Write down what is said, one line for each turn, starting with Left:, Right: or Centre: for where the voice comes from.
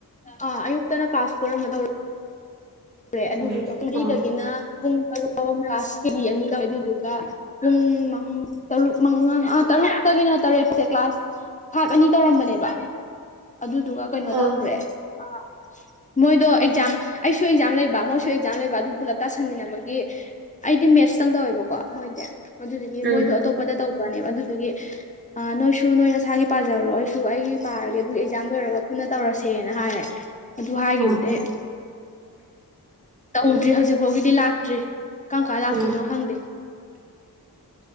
Left: ꯑ ꯑꯌꯨꯛꯇꯅ ꯄꯥꯁꯄꯣꯔꯠ ꯑꯃ ꯇ ꯑꯗꯨꯗꯨ
Right: ꯑꯥ
Left: ꯃꯔꯤꯗꯒꯤꯅ
Right: ꯑꯥ
Left: ꯄꯨꯡ ꯇꯔꯨꯛ ꯂꯥꯁ ꯀꯦꯖꯤ ꯑꯅꯤ ꯀꯧꯋꯦ ꯑꯗꯨꯗꯨꯒ ꯄꯨꯡ ꯃ ꯇꯔꯨꯛ ꯃꯉꯥꯥ ꯇꯔꯨꯛꯇꯒꯤꯅ ꯇꯔꯦꯠꯁꯦ ꯀ꯭ꯂꯥꯁ ꯐꯥꯥꯛ ꯑꯅꯤ ꯇꯧꯔꯝꯕꯅꯦꯕ ꯑꯗꯨꯗꯨꯒ ꯀꯩꯅꯣ
Right: ꯑꯥ
Left: ꯇꯧꯒ꯭ꯔꯦ ꯑ ꯃꯣꯏꯗꯣ ꯑꯦꯛꯖꯥꯝ ꯑꯩ ꯑꯦꯛꯖꯥꯝ ꯂꯩꯕ ꯃꯣꯏꯁꯨ ꯑꯦꯛꯖꯥꯝ ꯂꯩꯕ ꯑꯗꯨ ꯄꯨꯂꯞ ꯇꯥꯁꯟꯃꯤꯟꯅꯕꯒꯤ ꯑꯩꯗꯤ ꯃꯦꯠꯁꯇꯪ ꯇꯧꯋꯦꯕꯀꯣ ꯃꯣꯏꯗꯤ ꯑꯗꯨꯗꯨꯒꯤ
Right: ꯎꯝ
Left: ꯃꯣꯏꯗꯨ ꯑꯇꯣꯞꯄꯗ ꯇꯧꯕꯔꯅꯦꯕ ꯑꯗꯨꯗꯨꯒꯤ ꯑ ꯅꯣꯏꯁꯨ ꯅꯣꯏ ꯅꯁꯥꯒꯤ ꯄꯥꯖꯔꯣ ꯑꯩꯁꯨ ꯑꯩꯒꯤ ꯄꯥꯔꯒꯦ ꯑꯗꯨ ꯑꯦꯛꯖꯥꯝ ꯂꯣꯏꯔꯒ ꯄꯨꯟꯅ ꯇꯧꯔꯁꯦꯅ ꯍꯥꯏꯔꯦ ꯑꯗꯨ ꯍꯥꯏꯒꯤꯕꯗꯩꯩ
Right: ꯑꯥ
Left: ꯇꯧꯎꯗ꯭ꯔꯤ ꯍꯧꯖꯤꯛ ꯐꯥꯎꯒꯤꯗꯤ ꯂꯥꯛꯇ꯭ꯔꯤ ꯀꯪ ꯀꯥ ꯂꯥꯛꯇꯣꯏꯅꯣ
Right: ꯎꯝ
Left: ꯈꯪꯗꯦ